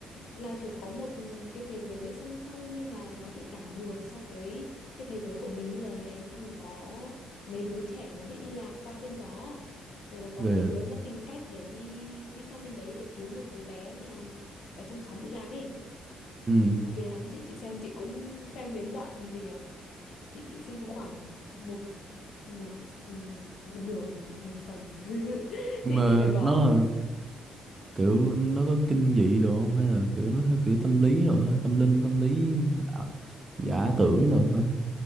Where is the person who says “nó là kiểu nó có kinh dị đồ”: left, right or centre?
Right